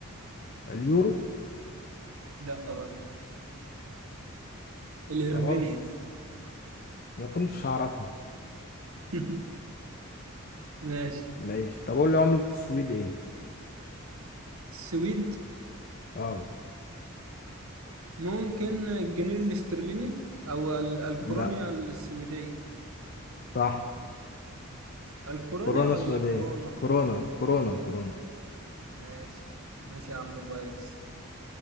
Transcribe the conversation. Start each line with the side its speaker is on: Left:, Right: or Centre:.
Left: اليورو
Right: لا أبدا الهرفينيا
Left: خلاص ما كنتش هعرفها
Right: <laughs> ماشي
Left: ماشي طب اقول لي عملة السويد ايه
Right: السويد
Left: اه
Right: ممكن الجنيه الاسترليني أو ال- الكورونيا
Left: لا
Right: السويدية
Left: صح
Right: الكورونيا
Left: كورونا
Right: ولا
Left: سويدية
Right: الكورونا
Left: كورونا كورونا كورونا
Right: ماشي ماشي يا عم فايروس